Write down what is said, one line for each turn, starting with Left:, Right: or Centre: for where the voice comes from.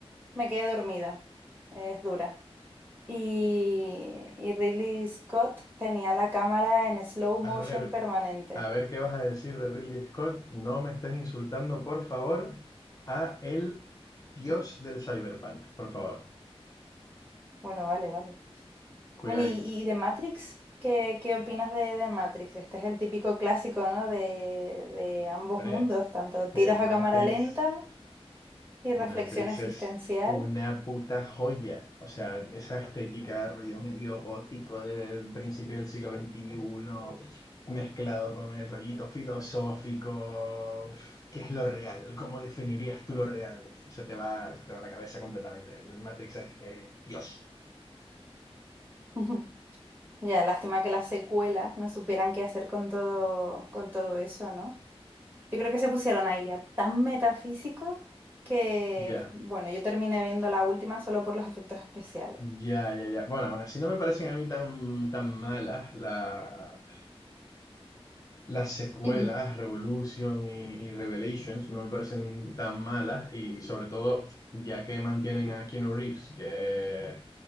Right: me quedé dormida, es dura. Y, y Ridley Scott tenía la cámara en slow motion
Left: A ver,
Right: permanente.
Left: a ver qué vas a decir de Ridley Scott. No me estés insultando, por favor, a el dios del cyberpunk, por favor.
Right: Bueno, vale, vale.
Left: Cuidadito.
Right: Bueno, y, y de Matrix, ¿qué, qué opinas de, de Matrix? Este es el típico clásico, ¿no? De, de ambos
Left: Hombre,
Right: mundos, tanto tiros
Left: eh, Matrix.
Right: a cámara lenta y reflexión
Left: Matrix
Right: existencial.
Left: es una puta joya. O sea, esa estética, rollo medio gótico de principio del siglo veintiuno mezclado con el rollito filosófico. ¿Qué es lo real? ¿Cómo definirías tú lo real? Se te va, se te va la cabeza completamente. El Matrix es eh, Dios.
Right: <laughs> Ya, lástima que las secuelas no supieran qué hacer con todo, con todo eso, ¿no? Yo creo que se pusieron ahí ya tan metafísicos que,
Left: Ya,
Right: bueno, yo terminé viendo la última solo por los efectos especiales.
Left: ya, ya, ya. Bueno, aún así no me parecen a mí tan, tan malas la Las secuelas,
Right: <laughs>
Left: Revolution y, y Revelations, no me parecen tan malas y sobre todo ya que mantienen a Keanu Reeves, que